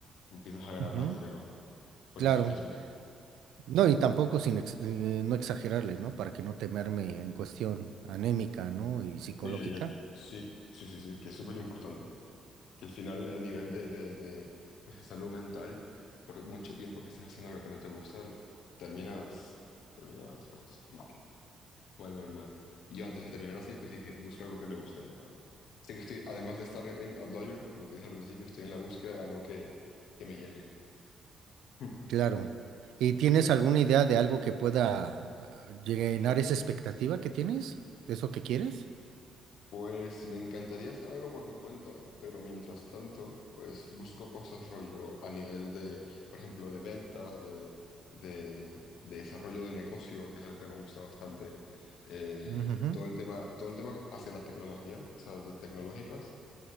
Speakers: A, on the left (about 75°); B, on the right (about 80°).
A: empiezas a ganar
B: Ujú,
A: más dinero por
B: Claro.
A: eso mismo.
B: No, y tampoco sin ex- eh, no exagerarle, ¿no? Para que no temerme en cuestión anémica, ¿no? Y psicológica.
A: Sí, y- y- sí, sí, sí, sí, que es súper importante. Que al final el nivel de, de, de, pues, de salud mental, por mucho tiempo que estés haciendo algo que no te gusta, terminas, terminas pues mal, mal mal mal. Y yo antes de terminar así, pues dije, busco algo que me guste, de ¿verdad? Así que estoy, además de estar en Outlier, como te dije al principio, estoy en la búsqueda de algo que, que me llene. Hmm.
B: Claro. ¿Y tienes alguna idea de algo que pueda eh, llenar esa expectativa que tienes? ¿De eso que quieres?
A: Pues me encantaría hacer algo por mi cuenta, pero mientras tanto, pues busco cosas rollo a nivel de, por ejemplo, de ventas, de, de, de desarrollo de negocio, que es algo que me gusta bastante. Eh,
B: Ujujú.
A: todo el tema, todo el tema hacia la tecnología, o sea, de tecnológicas.